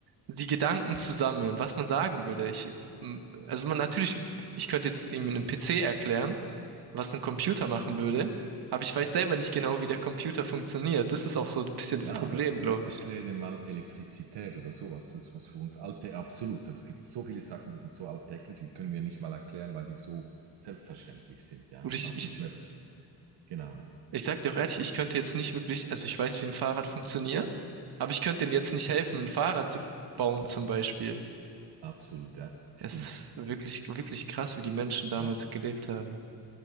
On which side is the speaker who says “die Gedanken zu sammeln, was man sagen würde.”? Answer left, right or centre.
Right